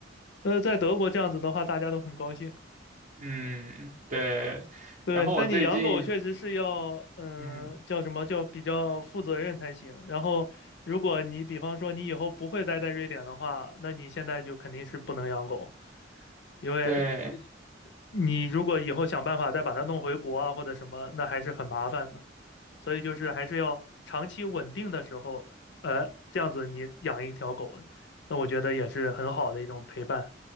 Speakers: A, on the left (about 65°); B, on the right (about 45°).
A: 那在德国这样子的话，大家都很高兴。
B: 嗯，对。
A: 对，
B: 然后我最近，
A: 但你养狗确实是要，嗯、
B: 嗯，
A: 叫什么叫比较负责任才行。然后，如果你比方说你以后不会待在瑞典的话，那你现在就肯定是不能养狗，因为呃你如果以后想办法再把它弄回国啊或者什么，
B: 对，
A: 那还是很麻烦的。所以就是还是要长期稳定的时候，呃，这样子你养一条狗，那我觉得也是很好的一种陪伴。